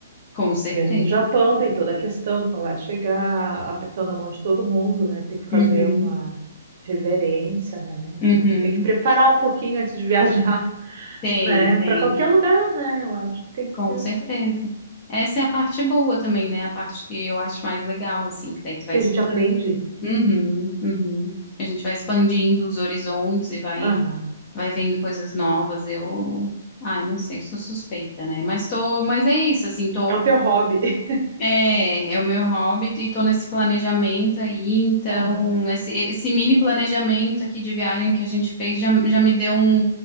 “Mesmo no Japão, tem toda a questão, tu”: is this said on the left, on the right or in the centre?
Right